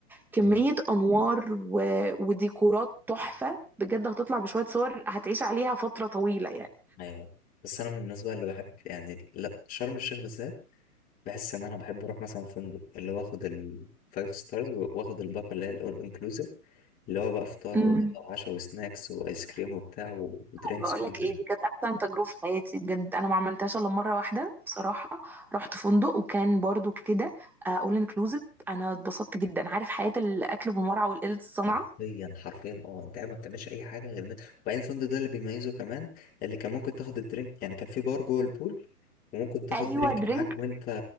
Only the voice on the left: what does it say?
ايوه
ايوه بس انا من الناس بقى اللي بحب يعني لا شرم الشيخ بالذات بحس ان انا بحب اروح مثلا فندق اللي هو اخد الفايف ستارز واخد الباقه اللي هي الاول انكلوسيف اللي هو بقى فطار
وغدا وعشاء وسناكس وايس كريم وبتاع و- ودرينكس
كلها
حرفيا حرفيا اه انت قاعد ما بتعملش اي حاجه غير ان وبعدين الفندق ده اللي بيميزه كمان اللي كان ممكن تاخد الدرينك يعني كان في بار جوه البول وممكن تاخد
درينك
معاك وانت